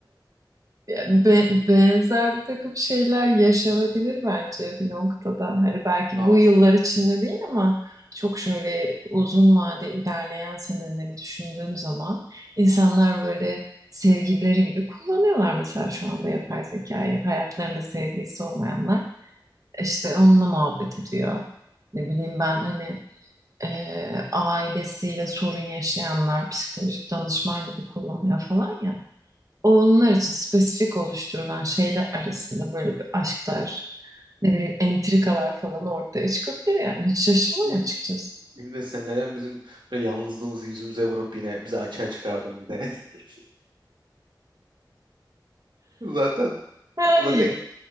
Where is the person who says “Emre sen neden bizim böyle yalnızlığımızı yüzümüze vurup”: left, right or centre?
Right